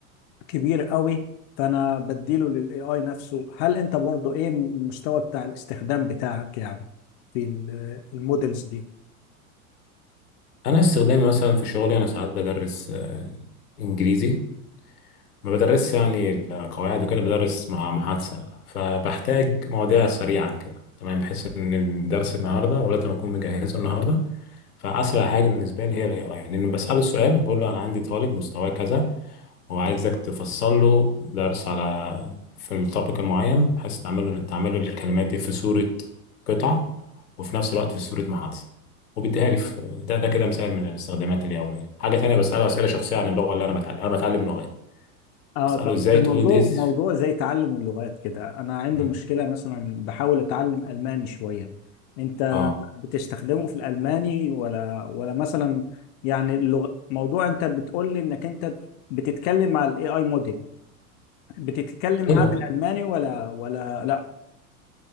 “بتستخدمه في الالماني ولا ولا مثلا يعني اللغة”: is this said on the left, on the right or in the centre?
Left